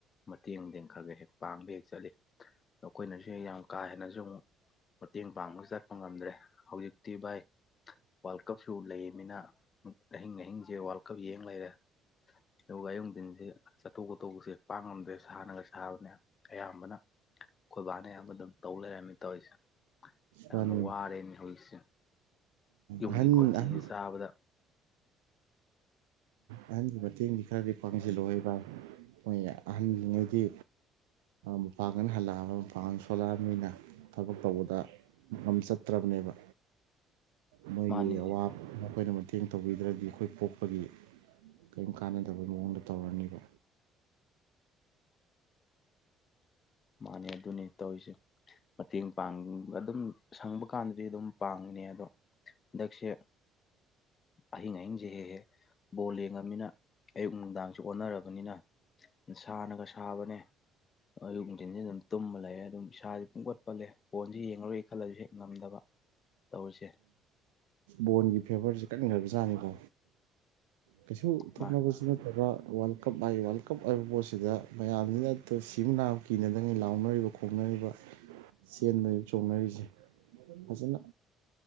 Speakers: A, on the left; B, on the right.
A: ꯃꯇꯦꯡꯗꯦꯡ ꯈꯔ ꯈꯔ ꯍꯦꯛ ꯄꯥꯡꯕ ꯍꯦꯛ ꯆꯠꯂꯤ ꯑꯩꯈꯣꯏꯅꯁꯨ ꯌꯥꯝ ꯀꯥ ꯍꯦꯟꯅꯁꯨ ꯑꯃꯨ ꯃꯇꯦꯡ ꯄꯥꯡꯕꯁꯨ ꯆꯠꯄ ꯉꯝꯗ꯭ꯔꯦ ꯍꯧꯖꯤꯛꯇꯤ ꯚꯥꯏ ꯋꯥꯔꯜ ꯀꯞꯁꯨ ꯂꯩꯃꯤꯅ ꯑꯍꯤꯡ ꯑꯍꯤꯡꯁꯦ ꯋꯥꯔꯜ ꯀꯞ ꯌꯦꯡ ꯂꯩꯔꯦ ꯑꯗꯨꯒ ꯑꯌꯨꯊꯤꯟꯁꯤꯦ ꯆꯠꯊꯣꯛ ꯆꯣꯠꯊꯣꯛꯁꯦ ꯄꯥꯝꯉꯝꯗ꯭ꯔꯦ ꯁꯥꯅꯒ ꯁꯥꯕꯅꯦ ꯑꯌꯥꯝꯕꯅ ꯑꯩꯈꯣꯏꯕꯥꯅ ꯑꯌꯥꯝꯕ ꯑꯗꯨꯝ ꯇꯧ ꯂꯩꯔꯝꯃꯤ ꯇꯧꯔꯤꯁꯦ ꯌꯥꯝꯅ
B: ꯎꯝ
A: ꯋꯥꯔꯦꯅꯦ ꯍꯧꯖꯤꯛꯁꯦ ꯌꯨꯝꯒꯤ
B: ꯑꯍꯟ
A: ꯈꯣꯟꯊꯤꯁꯦ
B: ꯑꯍꯟ
A: ꯆꯥꯕꯗ
B: ꯑꯍꯟꯒꯤ ꯃꯇꯦꯡꯗꯤ ꯈꯔꯗꯤ ꯄꯥꯡꯁꯤꯜꯂꯨꯏꯕꯚ ꯃꯣꯏ ꯑꯍꯟꯜꯂꯤꯉꯩꯗꯤ ꯃꯄꯥꯡꯒꯅ ꯍꯜꯂꯛꯑꯕ ꯃꯄꯥꯡꯒꯜ ꯁꯣꯜꯂꯛꯑꯕꯅꯤꯅ ꯊꯕꯛ ꯇꯧꯕꯗ ꯃꯐꯝ ꯆꯠꯇ꯭ꯔꯕꯅꯦꯕ ꯃꯣꯏꯒꯤ
A: ꯃꯥꯅꯤꯅꯦ
B: ꯑꯋꯥꯕ ꯃꯈꯣꯏꯅ ꯃꯇꯦꯡ ꯇꯧꯕꯤꯗ꯭ꯔꯗꯤ ꯑꯩꯈꯣꯏ ꯄꯣꯛꯄꯒꯤ ꯀꯔꯤꯝ ꯀꯥꯟꯅꯗꯕꯩ ꯃꯑꯣꯡꯗ ꯇꯧꯔꯅꯤꯕ
A: ꯃꯥꯅꯦ ꯑꯗꯨꯅꯦ ꯇꯧꯔꯤꯁꯦ ꯃꯇꯦꯡ ꯄꯥꯡ ꯑꯗꯨꯝ ꯁꯪꯕ ꯀꯥꯟꯗꯗꯤ ꯑꯗꯨꯝ ꯄꯥꯡꯉꯤꯅꯤ ꯑꯗꯣ ꯍꯟꯗꯛꯁꯦ ꯑꯍꯤꯡ ꯑꯍꯤꯡꯁꯦ ꯍꯦꯛꯍꯦ ꯕꯣꯜ ꯌꯦꯡꯉꯃꯤꯅ ꯑꯌꯨꯛ ꯅꯨꯡꯗꯥꯡꯁꯨ ꯑꯣꯟꯅꯔꯕꯅꯤꯅ ꯁꯥꯅꯒ ꯁꯥꯕꯅꯦ ꯑꯌꯨꯛ ꯑꯗꯨꯝ ꯇꯨꯝꯃ ꯂꯩꯔꯦ ꯑꯗꯨꯝ ꯏꯁꯥꯥꯁꯦ ꯄꯨꯡꯄꯠ ꯄꯠꯂꯦ ꯐꯣꯟꯁꯦ ꯌꯦꯡꯉꯔꯨ ꯈꯜꯂꯁꯨ ꯍꯦꯛ ꯉꯝꯗꯕ ꯇꯧꯔꯤꯁꯦ
B: ꯕꯣꯜꯒꯤ ꯐꯦꯕꯔꯁꯤ ꯀꯟꯒ꯭ꯔꯕꯖꯥꯠꯅꯤꯀꯣ ꯀꯩꯁꯨ ꯊꯣꯛꯅꯕ
A: ꯃꯥ
B: ꯁꯤ ꯅꯠꯇꯕ ꯋꯥꯔꯜ ꯀꯞ ꯋꯥꯔꯜ ꯀꯞ ꯍꯥꯏꯕ ꯄꯣꯠꯁꯤꯗ ꯃꯌꯥꯝꯁꯤꯅ ꯁꯤꯕ ꯅꯥꯕ ꯀꯤꯅꯗꯉꯩ ꯂꯥꯎꯅꯔꯤꯕ ꯈꯣꯡꯅꯔꯤꯕ ꯆꯦꯟꯟꯅꯔꯤꯕ ꯆꯣꯡꯅꯔꯤꯁꯦ ꯐꯖꯅ